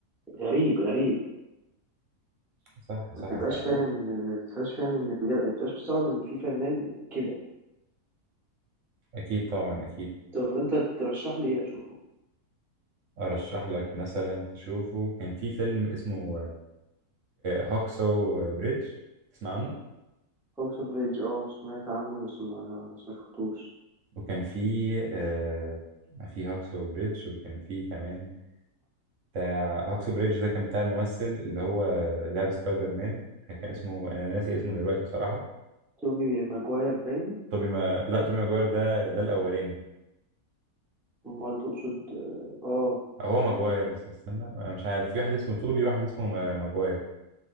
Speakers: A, in the centre; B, on the right (about 60°).
A: غريب غريب
B: صح صح
A: ما تبقاش
B: فعلا
A: فاهم ما تبقاش فاهم ان بجد ما تبقاش مستوعب ان في فنان كده
B: اكيد طبعا اكيد
A: طب انت ترشح لي ايه اشوفه
B: ارشح لك مثلا تشوفه كان في فيلم اسمه هوكسو بريدج تسمع عنه
A: هاوس اوف ريدج اه سمعت عنه بس ما بس ما شفتوش
B: وكان في آه في هاكسو بريدج وكان في كمان بتاع هاكسو بريدج ده كان بتاع الممثل اللي هو لعب سبايدر مان كان اسمه انا ناسي اسمه دلوقتي بصراحة
A: توبي ماجواير باين
B: توبي ما لا توبي ماجواير ده ده الاولاني
A: امال تقصد اه آه.
B: هو ماجواير استنى انا مش عارف في واحد اسمه توبي واحد اسمه ما- ماجواير